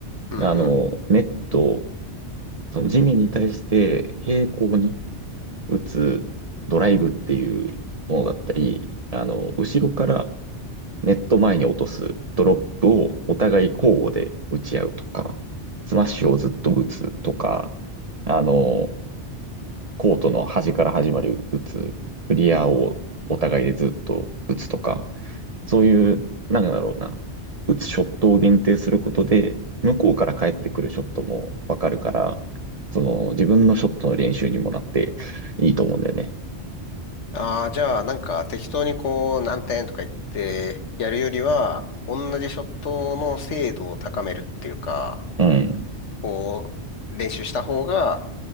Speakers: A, on the left; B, on the right.
A: うんうん。
B: あの、ネット、その地面に対して平行に打つドライブっていうものだったり、あの、後ろからネット前に落とすドロップをお互い交互で打ち合うとか、スマッシュをずっと打つとか、あの、コートの端から始まる打つ、クリアをお互いでずっと打つとか、そういう、なんだろうな、打つショットを限定することで、向こうから返ってくるショットもわかるから、その自分のショットの練習にもなっていいと思うんだよね。
A: ああ、じゃあなんか適当にこう何点とか言ってやるよりは、同じショットの精度を高めるっていうか、
B: うん。
A: こう、練習した方が、